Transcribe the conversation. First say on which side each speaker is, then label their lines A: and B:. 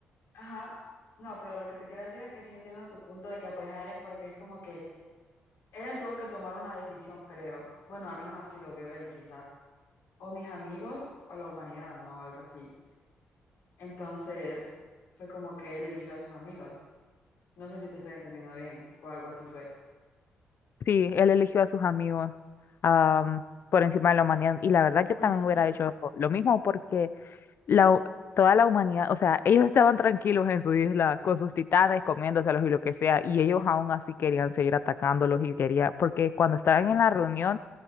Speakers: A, on the left; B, on the left.
A: ajá. No, pero lo que te quiero decir es que sí entiendo tu punto de que apoyas a Eren porque es como que Eren tuvo que tomar una decisión, creo. Bueno, al menos así lo vio él, quizás. O mis amigos o la humanidad, ¿no? Algo así. Entonces, fue como que él eligió a sus amigos. No sé si te estoy entendiendo bien o algo así fue.
B: sí, él eligió a sus amigos am, por encima de la humanidad. Y la verdad, yo
A: <clears throat>
B: también hubiera hecho lo mismo porque la, hu- toda la humanidad, o sea, ellos estaban tranquilos en su isla con sus titanes comiéndoselos y lo que sea, y ellos aún así querían seguir atacándolos y quería, porque cuando estaban en la reunión,